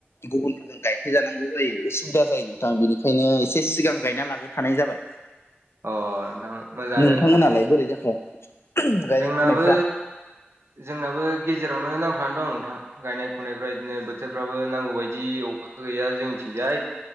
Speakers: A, on the left (about 80°); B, on the right (about 80°).
A: गुबुनफोरजों गाय थे जानांगौ जायो उसुबिदा जायो नोंथां बेनिखायनो एसे सिगां गायना लाग्रोखानाय जाबाय
B: अ नोंथां मोजाङानो
A: नोंथांमोनालाय
B: नोंथां
A: बोरै जाखो गायनाय
B: जोंनाबो
A: फुनायफ्रा
B: जोंनाबो गेजेरावनो नांथानानै दं नोंथां गायनाय फुनायफ्रा इदिनो बोथोरफ्राबो नांगौ बायदि अखा गैया जोंनिथिंजाय